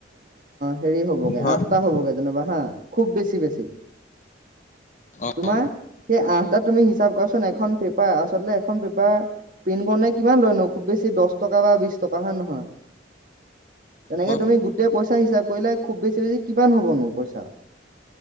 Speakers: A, on the right (about 45°); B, on the left (about 40°).
A: হেৰি হ'বগে
B: হয়
A: আঠটা হ'বগে যেনিবা হা খুব বেছি বেছি
B: অ
A: তোমাৰ
B: অ
A: সেই আঠটা তুমি হিচাপ কৰাচোন এখন পেপাৰ আচলতে এখন পেপাৰ প্ৰিন্ট কৰ নে কিমান লয়নো খুব বেছি দহ টকা বা বিশ টকা হয় নহয় তেনেকে
B: হয় হয়
A: তুমি গোটেই পইচাঁ হিচাপ কৰিলে খুব বেছি বেছি কিমান হ'বনো পইচাঁ